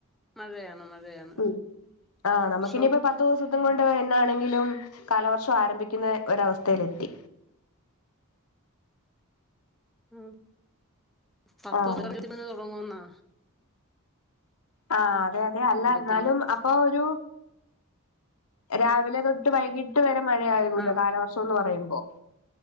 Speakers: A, in the centre; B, on the left (about 80°).
A: മഴയാണ് മഴയാണ്
B: ഉം ആഹ് നമുക്കിനിയിപ്പോ
A: ഷോപ്
B: <unintelligible> കൊണ്ട് എന്നാണെങ്കിലും കാലവർഷം ആരംഭിക്കുന്ന ഒരവസ്ഥയിലെത്തി
A: ഉം പത്ത്
B: ആഹ്
A: <unintelligible> മുന്ന് തുടങ്ങുവന്നാ
B: ആഹ് അതെ അതെ അല്ല
A: ഇരുപത്തിമൂന്ന്
B: എന്നാലും അപ്പൊ ഒരു രാവിലെ തൊട്ട് വൈകിട്ട് വരെ മഴ ആയികൂല
A: ആ
B: കാലവർഷം ന്ന് പറയുമ്പോ